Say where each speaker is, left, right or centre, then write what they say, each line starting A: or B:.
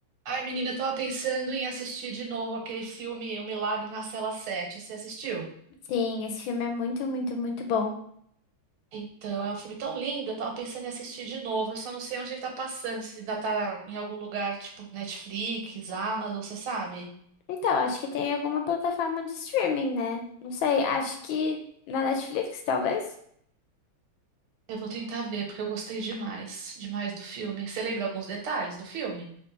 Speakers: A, on the right; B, on the left.
A: Ai, menina, eu tava pensando em assistir de novo aquele filme O Milagre na Cela Sete. Você assistiu?
B: Sim, esse filme é muito, muito, muito bom.
A: Então, é um filme tão lindo, eu tava pensando em assistir de novo. Eu só não sei onde ele tá passando, se ainda tá em algum lugar, tipo Netflix, Amazon, você sabe?
B: Então, acho que tem alguma plataforma de streaming, né? Não sei, acho que na Netflix, talvez?
A: Eu vou tentar ver, porque eu gostei demais, demais do filme. Você lembra alguns detalhes do filme?